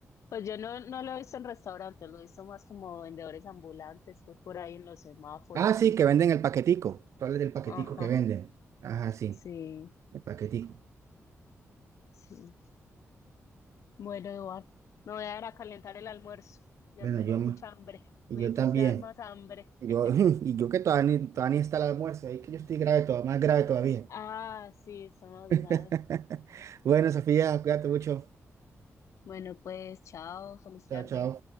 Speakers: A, on the left; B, on the right.
A: Pues yo no, no lo he visto en restaurantes, lo he visto más como vendedores ambulantes, pues por ahí en los semáforos,
B: Ah, sí,
A: sí.
B: que venden el paquetico. Tú hablas del paquetico
A: Ajá,
B: que venden. Ajá, sí,
A: sí,
B: el paquetico.
A: sí. Bueno, Eduardo, me voy a ir a calentar el almuerzo. Ya
B: Bueno,
A: tengo
B: yo,
A: mucha
B: ma-
A: hambre,
B: y
A: me
B: yo
A: hiciste
B: también.
A: dar más hambre.
B: Yo,
A: <laughs>
B: <laughs> y yo que todavía ni, todavía ni está el almuerzo, ahí que yo estoy grave todavía, más grave todavía.
A: Ah, sí, son más
B: <laughs>
A: graves.
B: Bueno, Sofía, cuídate mucho.
A: Bueno, pues chao, feliz
B: Chao,
A: tarde.
B: chao.